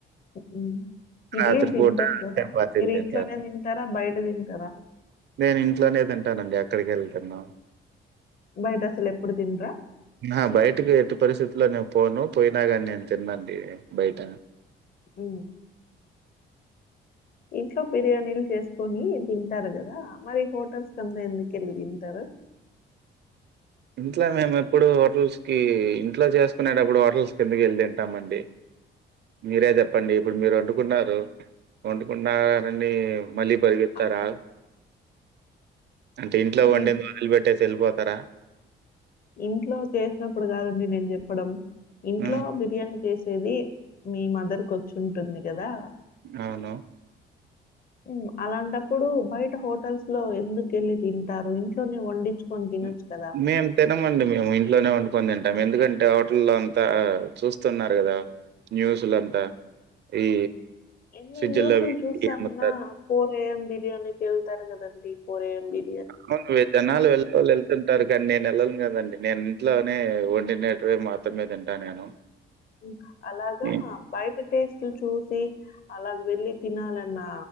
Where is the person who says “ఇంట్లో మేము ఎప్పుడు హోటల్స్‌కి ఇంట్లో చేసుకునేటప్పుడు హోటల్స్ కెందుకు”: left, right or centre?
Right